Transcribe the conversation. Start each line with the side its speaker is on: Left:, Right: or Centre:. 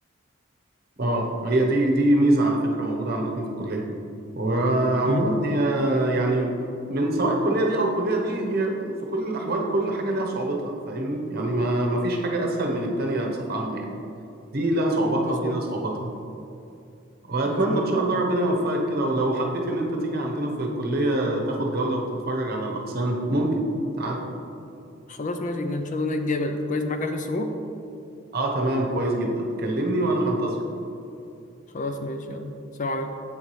Right: اه هي دي دي ميزه على فكره موجوده عندكم في الكليه وعموما
Left: مم.
Right: هي يعني من سواء الكليه دي او الكليه دي هي في كل الاحوال كل حاجه ليها صعوبتها فاهمني يعني ما ما فيش حاجه اسهل من التانيه بصفه عامه يعني دي لها صعوباتها
Left: مظبوط
Right: ودي لها صعوباتها واتمنى
Left: مظبوط
Right: ان شاء الله ربنا يوفقك كده ولو حبيت ان انت تيجي عندنا في الكلية تاخد جولة وتتفرج على الاقسام ممكن تعال
Left: خلاص ماشي ان شاء الله نتقابل كويس معاك اخر اسبوع
Right: اه تمام كويس جدا كلمني وانا هنتظرك
Left: خلاص ماشي يلا سلام عليكم